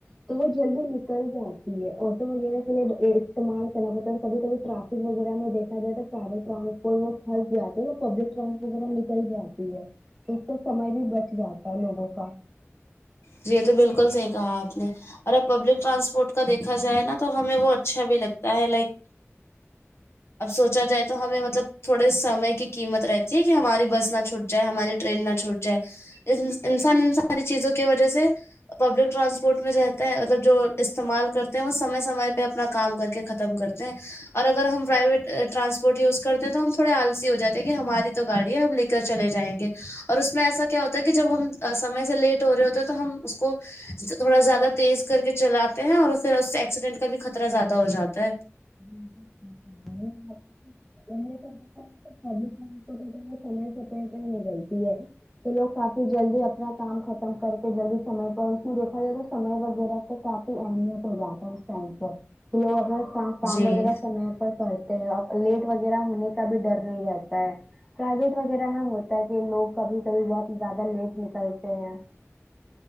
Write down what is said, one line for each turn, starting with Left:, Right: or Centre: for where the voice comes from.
Centre: تو وہ جلدی نکل جاتی ہے آٹو وغیرہ کے لیے استعمال کرنا پڑتا ہے کبھی کبھی ٹرافک وغیرہ میں دیکھا جائے تو سارے ٹرانسپورٹ میں پھنس جاتے تب پبلک ٹرانسپورٹ وغیرہ نکل جاتی ہے اس کا سمے بھی بچ جاتا ہے لوگوں کا
Left: جی یہ تو بالکل صحیح کہا آپ نے اور پبلک ٹرانسپورٹ کا دیکھا جائے نا تو ہمیں وہ اچھا بھی لگتا ہے لائک اب سوچا جائے تو ہمیں مطلب تھوڑے سمے کی قیمت رہتی ہے کہ ہماری بس نہ چھوٹ جائے ہماری ٹرین نہ چھوٹ جائے انسان ان ساری چیزوں کی وجہ سے پبلک ٹرانسپورٹ میں رہتے ہیں مطلب جو استعمال کرتے ہیں وہ سمے سمے پہ اپنا کام کر کے کم کرتے ہیں اور اگر ہم پرائیویٹ ٹرانسپورٹ یوز کرتے ہیں تو ہم تھوڑے آلسی ہو جاتے ہیں کہ ہماری تو گاڑی ہے ہم لے کے کر چلے جائیں گے اور اس میں ایسا کیا ہوتا ہے کہ جب ہم سمے سے لیٹ ہو رہے ہوتے ہیں تو ہم اس کو تھوڑا زیادہ تیز کر کے چلاتے ہیں اور پھر اس سے ایکسیڈنٹ کا بھی خطرہ زیادہ ہو جاتا ہے
Centre: <unintelligible> ا سمے سمے پے ہے نکلتی ہے تو لوگ کافی جلدی اپنا کام ختم کر کے جلدی سمے پر اس میں دیکھا جائے تو سمے وغیرہ توہ کافی اہمیت ہو جاتا ہے اس ٹائم پہ لوگ اپنا کا کام
Left: جی
Centre: وغیرہ سمے پر کرتے ہیں اور لیٹ وغیرہ ہونے کا بھی ڈر نہیں رہتا ہے پرائیویٹ وغیرہ میں ہوتا ہے کہ لوگ کبھی کبھی بہت زیادہ لیٹ نکلتے ہیں